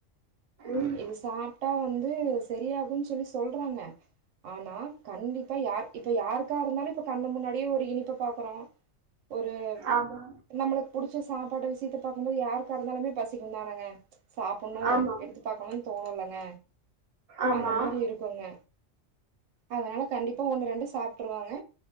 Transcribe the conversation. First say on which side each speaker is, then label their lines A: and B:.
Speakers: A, on the right; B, on the right.
A: ம்
B: இது சாப்ட்டா வந்து செரியாகும்ன்னு சொல்லி சொல்றாங்க ஆனா கண்டிப்பா யார் இப்ப யாருக்கா இருந்தாலும் கண்னு முன்னாடிய ஒரு இனிப்ப பாக்கு அப்பறம் ஒரு
A: ஆமா
B: நம்மளுக்கு புடிச்ச சாப்ப பாட்ட விஷயத்த பாக்கும்போது யாருக்கா இருந்தாலுமே பசிக்கும் தானங்க சாப்ன்ணும்
A: ஆமா
B: எடுத்து பாக்கணும்னு தோணுலங்க
A: ஆமா
B: அந்த மாதிரி இருக்குங்க அதனால கண்டிப்பா ஒண்ணு ரெண்டு சாப்ட்டுருவாங்க